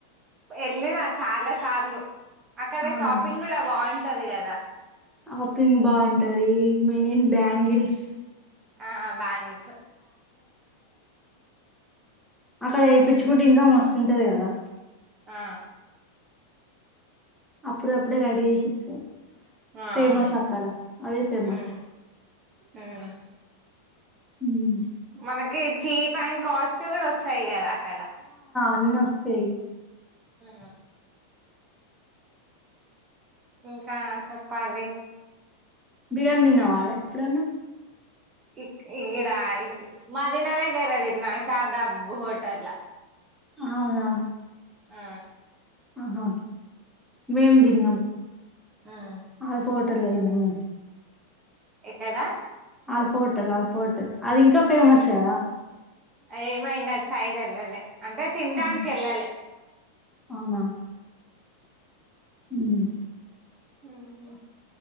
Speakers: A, on the right; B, in the centre.
A: వెళ్ళిన చాలా సార్లు అక్కడ
B: అవునా
A: షాపింగ్ కూడా బాగుం ఉంటది కదా
B: షాపింగ్ బాగుంటది మెయిన్ బ్యాంగిల్స్
A: ఆ బ్యాంగల్స్
B: అక్కడ వేపిచ్చుకుంటే
A: ఉమ్,
B: ఇంకా మస్తు ఉంటది కదా
A: ఆ
B: అప్పుదప్పుడే రెడి చేసి ఇచ్చార్,
A: ఆ
B: ఫేమస్
A: అవును
B: అక్కడ అవే ఫేమస్.
A: ఉమ్, ఉమ్.
B: మ్మ్
A: మనకి చీ ప్ అన్ కాస్ట్యూ కూడా వస్తాయి కదా క్కడ
B: అన్నోస్తయ్
A: ఆ ఇంకా చెప్పాలి
B: బిర్యానీ తిన్నావా ఆడ ఎప్పుడన్న
A: ఇ ఈ గీడాయి మదీనా నగర్ లా తిన్న శాదాబ్ హోటల్ లా
B: అవునా
A: ఆ
B: ఆహా మేము దీన్నాం
A: ఉమ్.
B: ఆ పట్ట విన్నమ్మ
A: ఎక్కడా
B: ఆల్ఫోటల్ అల్ఫోటల్ అది ఇంకా ఫేమస్ కదా
A: ఎమో ఇంకా చాయ్ వెళ్లలే అంటే తిండానికి
B: అవునా
A: వెళ్ళాలి
B: అవునా మ్
A: అ